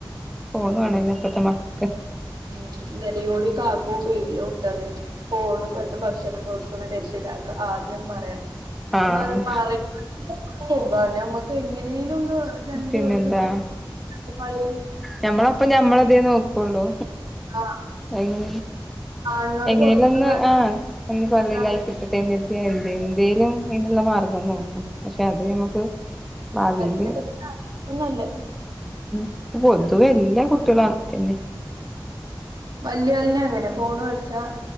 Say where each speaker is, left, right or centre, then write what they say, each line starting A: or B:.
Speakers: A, in the centre; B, on the right.
A: ഫൊണ്വാണല്ലെ
B: തന്നെയാണ്
A: ഇപ്പത്തെമക്ക
B: ഉം ഇന്നലെയോടി കാക്കു വീഡിയോ വുട്ട്തന്നീന്നു ഫോണ് കണ്ട് ഭക്ഷണം കൊടുക്ക്ന്ന രക്ഷിതാക്കളാദ്യം പറയണം
A: ആഹ്
B: ഞാൻ പരിണോൾക്ക് സുഖാണ് ഞമ്മക്ക്ങ്ങനേലും ഒന്ന് രണ്ട്
A: പിന്നെന്താ
B: ഇത് പറ്റി പഴേ
A: ഞമ്മളപ്പൊ ഞമ്മള്തേ നോക്കൊള്ളു
B: ആഹ്
A: അങ്ങനെ
B: കാണുന്നോല്
A: എങ്ങനെലൊന്ന്
B: പൊറത്തുന്ന്
A: ആഹ് ഒന്ന്
B: കാണുന്ന
A: പള്ളിയിലായി കിട്ടട്ടെന്നര്തിയ എന്ത് എന്തേലും അയിന്ള്ള മാർഗം നോക്കും പക്ഷെ അത് ഞമ്മക്ക് ഭാവീല്
B: പെറ്റൊക്കെ ഒന്നല്ല
A: ഇപ്പ പൊതുവെ എല്ലാ കുട്ടീളും. അങ്ങ തന്നെ.
B: വല്ല്യ വല്ല്യ അങ്ങനെ ഫോണ് മേടിച്ചാൽ.